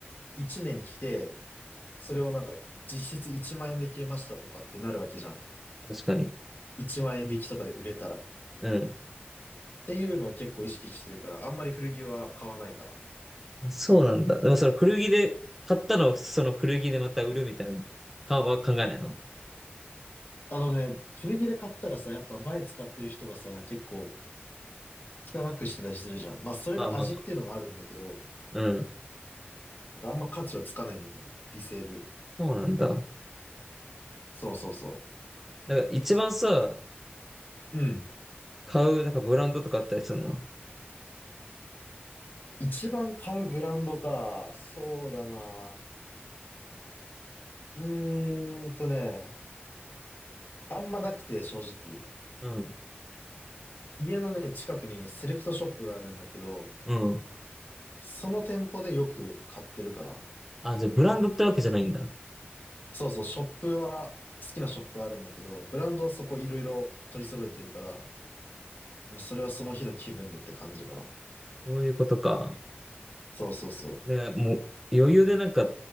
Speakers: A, on the left; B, in the centre.
A: 1年着て、それをなんか、実質1万円で着れましたとかってなるわけじゃん。
B: 確かに。
A: 1万円引きとかで売れたら。っ
B: うん。
A: ていうのを結構意識してるから、あんまり古着は買わないかな。
B: あ、そうなんだ。でもその古着で、買ったのをその古着でまた売るみたいな、か、は考えないの
A: あのね、古着で買ったらさ、やっぱ前使ってる人がさ、結構汚くしてたりするじゃん。まあそれが味っていうのもあるんだけど、
B: まあまあ、うん。
A: なんかあんま価値はつかないんだよね。リセール。
B: そうなんだ。
A: そうそうそ
B: なんか一番さ、
A: う。うん。
B: 買う、なんかブランドとかあったりするの
A: 一番買うブランドか。そうだな。うーんとね、あんまなくて正直。
B: うん。
A: 家のね、近くにセレクトショップがあるんだけど、
B: うん。
A: その店舗でよく買ってるかな。
B: あ、じゃあブランドってわけじゃないんだ。
A: そうそう、ショップは、好きなショップあるんだけど、ブランドはそこいろいろ取り揃えてるから、まあそれはその日の気分でって感じかな。
B: そういうことか。
A: そうそうそ
B: ね、もう余裕でなんか